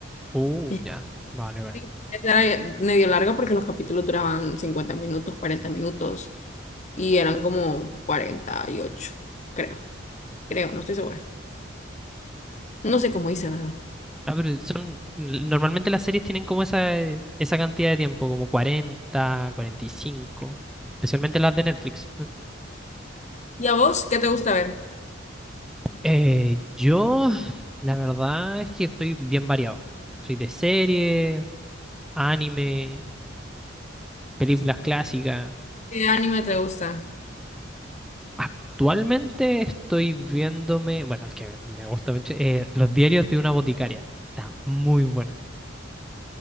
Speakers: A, in the centre; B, on the left (about 35°).
A: uh,
B: <laughs>
A: ya, vale, vale.
B: Sí, esa Era medio larga porque los capítulos duraban 50 minutos, 40 minutos. Y eran como 48, creo. Creo, no estoy segura. No sé cómo hice, ¿verdad?
A: Ah, pero son, normalmente las series tienen como esa, eh, esa cantidad de tiempo, como cuarenta cuarenta y cinco especialmente las de Netflix.
B: ¿Y a vos qué te gusta ver?
A: Eh, yo, la verdad es que soy bien variado. Soy de serie, anime, películas clásicas.
B: ¿Qué anime te gusta?
A: Actualmente estoy viéndome, bueno, el que me me gusta mucho, eh, Los diarios de una boticaria. Está muy buena.